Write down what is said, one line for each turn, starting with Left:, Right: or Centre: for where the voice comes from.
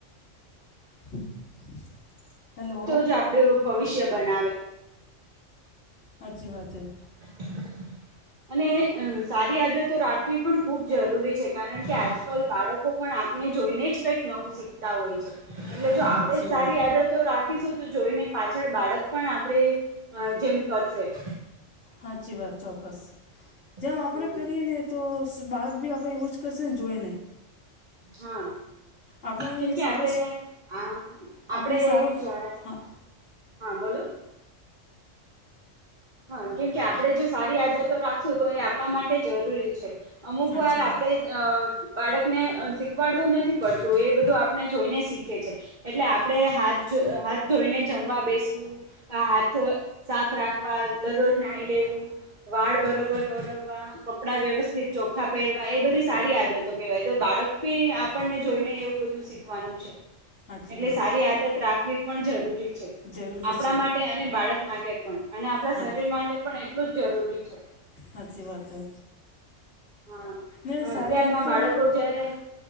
Left: <inaudible> હેલો
Right: તો જ આપડે ભવિષ્ય બનાવે
Left: સાચી વાત હ
Right: <inaudible> અને સારી આદતો રાખવી પણ ખૂબ જરૂરી છે કારણ કે આજ લ બાળકો પણ આપને જોઈને જ કંઈક નવું શીખતા હોય છે એટલે જો આપડે
Left: સાચી
Right: જ
Left: વાત
Right: સારી આદતો રાખીશું તો જોઈને પાછળ બાળક પણ આપડે જેમ કરશે
Left: સાાચી વાત ચોક્કસ જેમ
Right: હમ
Left: આપણે કરીએ ને તો બાળક બી આપણે એવું જ કરશે ને જોઈએ ને
Right: હા
Left: આપણે
Right: જેમ કે
Left: સારો
Right: આપણેે આ આપડે
Left: આપણે સારો હા
Right: હા બોલો હા કેમ કે આપડે જો સારી આદતો રાખશું તો એ આપણા માટે જરૂરી છે અમુક
Left: હાચી
Right: વાર આપડેજ
Left: વાત
Right: અ બાળક ને અ શીખવાડવું નથી પડતું, એ બધું આપને જોઈને શીખે છે. એટલે આપણે હાથ જોઈ, હાથ ધોઈને જમવા બેસવું, આ હાથ સાફ રાખ વાર દરરોજ નાહી લેવું, વાળ બરોબર ઓરવવા, ક કપડા વ્યવસ્થિત ચોખા પહેરવા, એ બધી સારી આદતો કેહેવાય. તો બાળક પી આપણને જોઈને એવું બધું શીખવાનું છે.
Left: સાચી
Right: એટલે
Left: વાત
Right: સારી આદત રાખવી પણ જરૂરી છે,
Left: જરૂરી
Right: આપણા
Left: છે
Right: માટે અને બાળક માટે પણ. અને આપણા
Left: હા
Right: શરીર માટે પણ એટલું જ જરૂરી છે.
Left: હાચી વાત હે.
Right: હા
Left: ને
Right: હા
Left: સારી
Right: અત્યારના
Left: આદતો
Right: બાળકો જયારે